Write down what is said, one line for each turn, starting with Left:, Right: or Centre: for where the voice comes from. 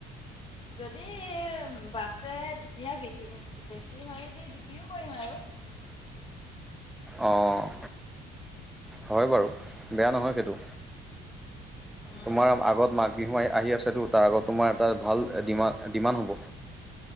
Left: যদি বাচে তেতিয়া বিকি বেছি হয় যদি বিক্ৰীও কৰিম আৰু।
Centre: অ', হয় বাৰু বেয়া নহয় সেইটো।
Left: উম
Centre: তোমাৰ আগত মাঘ বিহু আহি আছেতো তাৰ আগত তোমাৰ এটা ভাল ডিমান ডিমান হ'ব।